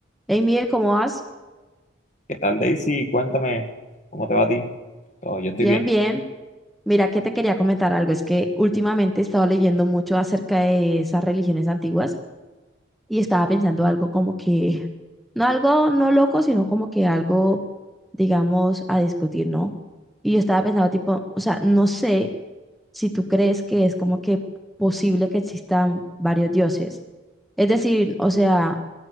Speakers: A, in the centre; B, on the left.
A: Hey, Miguel, ¿cómo vas?
B: ¿Qué tal, Daisy? Cuéntame cómo te va a ti. Oh, yo estoy
A: Bien,
B: bien.
A: bien. Mira que te quería comentar algo. Es que últimamente he estado leyendo mucho acerca de esas religiones antiguas y estaba pensando algo como que, <laughs> no algo no loco, sino como que algo, digamos, a discutir, ¿no? Y yo estaba pensando tipo, o sea, no sé si tú crees que es como que posible que existan varios dioses. Es decir, o sea,